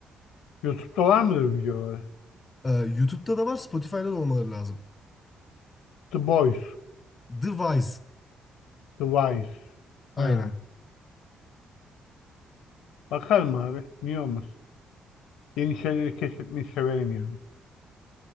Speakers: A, on the left; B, on the left.
A: YouTube'da var mıdır videoları?
B: Ee, YouTube'da da var, Spotify'da da olmaları lazım.
A: The Boys,
B: The Wise.
A: The Wise.
B: Aynen.
A: Ha. Bakarım abi. Niye olmaz? Yeni şeyleri keşfetmeyi severim yani.